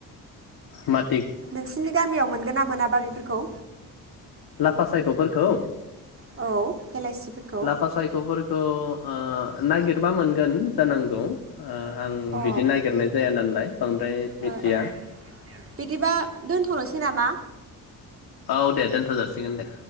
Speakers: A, on the left (about 65°); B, on the right (about 30°).
A: मोन
B: नोंसिनि गामियाव मोनगोन ना मोनाबा बेफोरखौ
A: लाफा सायखफोरखौ?
B: औ हेलाइसिफोरखौ
A: लाफा सायखफोरखौ ओ नागिरबा मोनगोन जानांगौ ओ आं
B: अ
A: बिदि नागिरनाय जाया नालाय बांद्राय मिथिया
B: ओ ओ बिदिबा दोनथ'नोसै नामा?
A: औ दे दोनथ जासिगोन दे